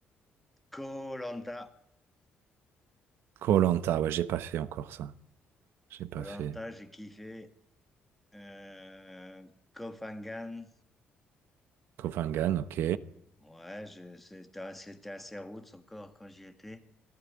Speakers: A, in the centre; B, on the right (about 80°).
A: koh lanta
B: Koh Lanta, ouais, j'ai pas fait encore ça. J'ai pas
A: Koh Lanta,
B: fait.
A: j'ai kiffé. Euh, Koh Phangan.
B: Copenhague, ok.
A: Ouais, je- c'était c'était assez roots encore quand j'y étais.